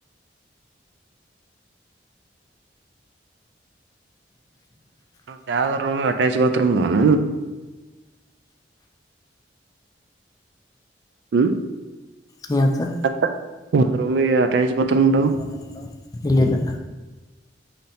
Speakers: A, on the right (about 70°); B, on the left (about 20°).
A: ಒಂದ್ ಯಾವ್ದ ರೂಮ್ ಅಟ್ಯಾಚ್ ಬಾತ್ರೂಮ್ ಅದಾವನ ಹ್ಮ್.
B: ಏನಾಯ್ತು.
A: ಮತ್ತ ಒಂದ್ ರೂಮಿಗೆ ಅಟ್ಯಾಚ್ ಬಾತ್ರೂಮ್ ಅದಾವ
B: <inaudible> ಇಲ್ಲಲ್ಲ.